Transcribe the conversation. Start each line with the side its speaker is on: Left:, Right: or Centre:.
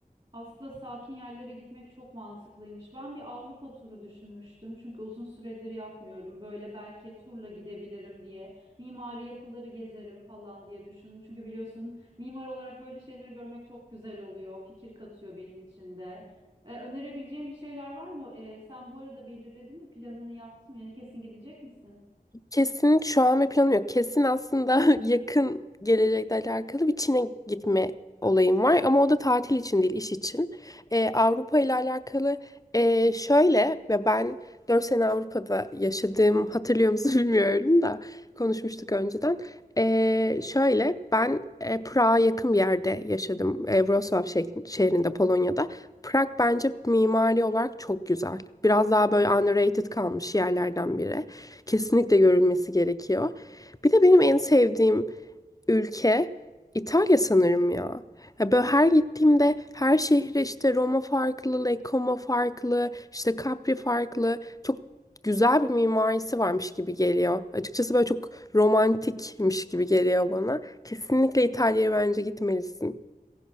Right: Aslında sakin yerlere gitmek çok mantıklıymış. Ben bir Avrupa turu düşünmüştüm çünkü uzun süredir yapmıyorum. Böyle belki turla gidebilirim diye, mimari yapıları gezerim falan diye düşündüm. Çünkü biliyorsun mimar olarak böyle şeyleri görmek çok güzel oluyor, fikir katıyor benim için de. E, önerebileceğin bir şeyler var mı? E, sen bu arada belirledin mi planını yaptın mı? Yani kesin gidecek misin?
Left: Kesin şu an bir planım yok. Kesin aslında <laughs> yakın gelecekle alakalı bir Çin'e gitme olayım var. Ama o da tatil için değil, iş için. Ee, Avrupa ile alakalı ee, şöyle ve ben 4 sene Avrupa'da yaşadığım hatırlıyor musun <laughs> bilmiyorum da konuşmuştuk önceden. Ee, şöyle ben e, Prag'a yakın bir yerde yaşadım. E, Wrocław şeh- şehrinde Polonya'da. Prag bence mimari olarak çok güzel. Biraz daha böyle underrated kalmış yerlerden biri. Kesinlikle görülmesi gerekiyor. Bir de benim en sevdiğim ülke İtalya sanırım ya. Ya böyle her gittiğimde her şehre işte Roma farklı, Lake farklı, işte Capri farklı. Çok güzel bir mimarisi varmış gibi geliyor. Açıkçası böyle çok romantikmiş gibi geliyor bana. Kesinlikle İtalya'ya bence gitmelisin.